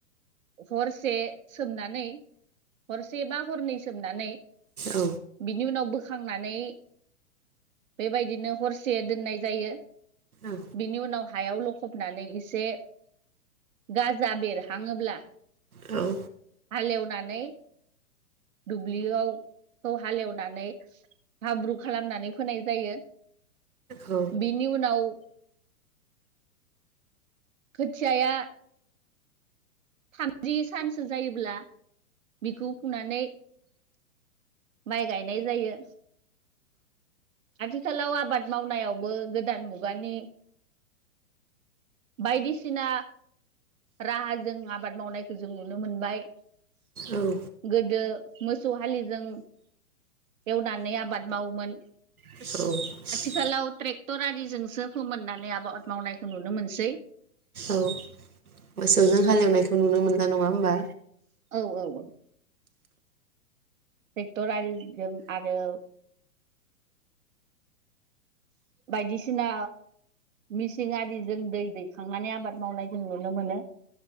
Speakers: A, on the right; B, on the right.
A: हरसे सोमनानै हरसे बा हरनै सोमनानै।
B: औ
A: बिनि उनावबो। बोखांनानै बेबायदिनो हरसे दोननाय जायो।
B: औ
A: बिनि उनाव हायाव लखबनानै एसे गाजा बेर। थांङोब्ला।
B: औ
A: <inaudible> हालेवनानै दुब्लियाव। खौ हालेवनानै हाब्रु खालामनानै फोनाय जायो।
B: औ
A: बिनि उनाव। खोथियाया। थामजि सानसो जायोब्ला बिखौ फुनानै माइ गायनाय जायो। आथिखालाव आबाद मावनायावबो गोदान मुगानि बायदिसिना राहाजों आबाद मावनायखौ जों नुनो मोनबाय।
B: औ औ
A: गोदो मोसौ हालिजों एवनानै आबाद मावोमोन।
B: औ।
A: आथिखालाव ट्रेक्टर आरिजोंसो फोमोननानै आबाद मावनायखौ नुनो मोनसै।
B: औ मोसौजों हालेवनायखौ नुनो मोनला नङा होमबा।
A: औ औ औ। ट्रेक्टरारिजों आरो बायदिसिना मिसिं आरिजों दै दैखांनानै आबाद मावनाय जों नुनो मोनो।